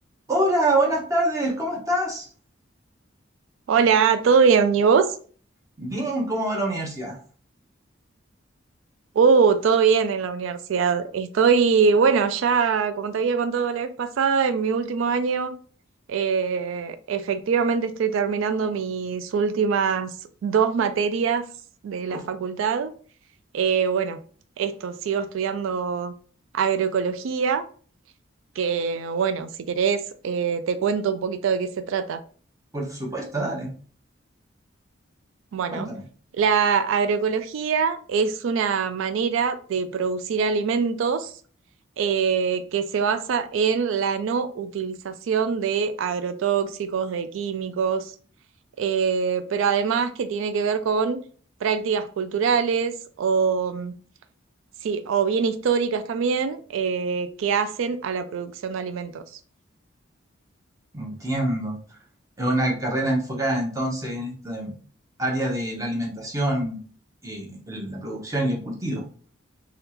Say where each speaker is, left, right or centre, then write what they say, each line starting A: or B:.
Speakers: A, on the right; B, on the right.
A: Hola, buenas tardes, ¿cómo estás?
B: Hola, ¿todo bien? ¿Y vos?
A: Bien, ¿cómo va la universidad?
B: Uh, todo bien en la universidad. Estoy, bueno, ya como te había contado la vez pasada, en mi último año, eh, efectivamente estoy terminando mis últimas dos materias de la
A: Uf,
B: facultad. Eh, bueno, esto, sigo estudiando agroecología, que bueno, si querés, eh, te cuento un poquito de qué se trata.
A: por supuesto, dale,
B: Bueno,
A: cuéntame.
B: la agroecología es una manera de producir alimentos eh, que se basa en la no utilización de agrotóxicos, de químicos, eh, pero además que tiene que ver con prácticas culturales o, mm, sí, o bien históricas también eh, que hacen a la producción de alimentos.
A: Entiendo. Es una carrera enfocada entonces en esta área de la alimentación, eh, el- la producción y el cultivo.